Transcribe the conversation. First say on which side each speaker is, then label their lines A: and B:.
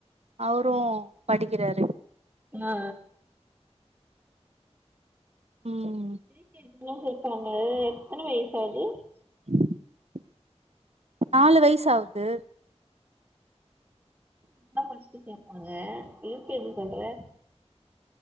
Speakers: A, on the right (about 65°); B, on the right (about 20°).
A: அவரு படிக்கிறாரு
B: நா
A: ம்
B: ப்ரீ கே ஜி <unintelligible> சேப்பாங்க எத்தன வயசாவ்து?
A: <inaudible> நாலு வயசு ஆவ்து
B: இதா ஃபஸ்ட்டு சேப்பாங்க யூ கே ஜி சொல்ற